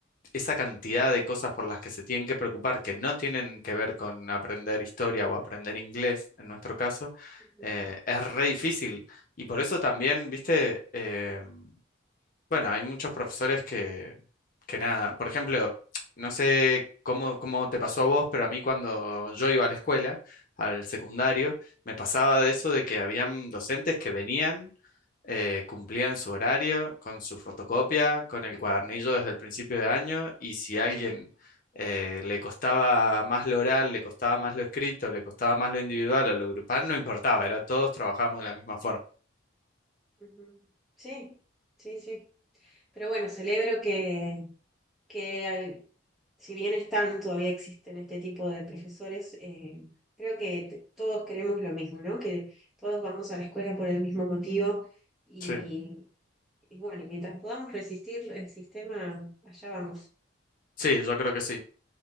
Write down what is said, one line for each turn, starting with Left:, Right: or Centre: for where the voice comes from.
Left: esa cantidad de cosas por las que se tienen que preocupar que no tienen que ver con aprender historia o aprender inglés, en nuestro caso,
Centre: Ujú,
Left: eh, es re difícil. Y por eso también, viste, eh, bueno, hay muchos profesores que, que nada, por ejemplo, no sé cómo, cómo te pasó a vos, pero a mí cuando yo iba a la escuela, al secundario, me pasaba de eso de que habían docentes que venían eh, cumplían su horario, con su fotocopia, con el cuadernillo desde el principio de año, y si a alguien eh, le costaba más lo oral, le costaba más lo escrito, le costaba más lo individual o lo grupal, no importaba, era todos trabajamos de la misma forma.
Centre: ujú. sí, sí. sí. Pero bueno, celebro que, que al- si bien están, todavía existen este tipo de profesores, eh, creo que t- todos creemos lo mismo, ¿no? Que todos vamos a la escuela por el mismo motivo y,
Left: Sí,
Centre: y bueno, mientras podamos resistir el sistema, allá vamos.
Left: sí, yo creo que sí.